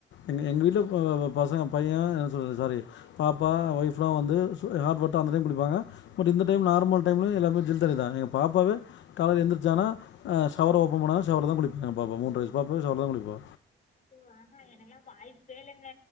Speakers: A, on the left; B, on the left.
A: எங்க எங்க வீட்ல ப ப ப பசங்க பை ய என்ன சொல்றது சாரி பாப்பா, ஒய்ஃப்லா வந்து சு அ ஹாட் வாட் தா அந்த டைம் குளிப்பாங்க பட்டு இந்த டைம் நா ர்மல் டைம்லு எல்லாமே ஜில் தண்ணி தா எங்க பாப்பாவே காலைல எந்திரிச்சானா அ ஷவர ஓப்பன் பண்ணா ஷவர்ல தா குளிப்பா எங்க பாப்பா மூன்ற வயசு பாப்பாவே ஷவர்ல தா குளிப்பா
B: ஐயோ ஆ ஹே எனக்குலா வாய்ப்பே இல்லங்க